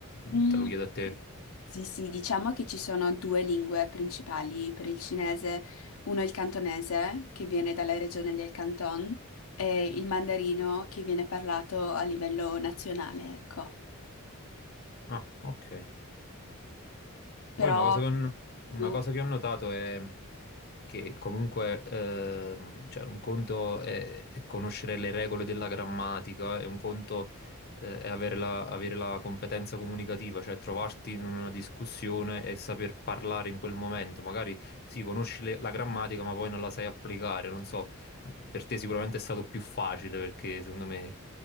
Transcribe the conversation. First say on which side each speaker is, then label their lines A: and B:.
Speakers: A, on the left; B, on the left.
A: Mm,
B: Mm,
A: te lo chiedo a te.
B: Sì, sì, diciamo che ci sono due lingue principali per il cinese. Uno è il cantonese, che viene dalla regione del Canton, e il mandarino, che viene parlato a livello nazionale, ecco.
A: Ah, ok. Poi
B: Però,
A: una cosa che ho, una
B: tu-
A: cosa che ho notato è che comunque ehm, cioè un conto è, è conoscere le regole della grammatica e un conto eh, è avere la, avere la competenza comunicativa, cioè trovarti in una discussione e saper parlare in quel momento. Magari sì, conosci le- la grammatica, ma poi non la sai applicare. Non so, per te sicuramente è stato più facile perché secondo me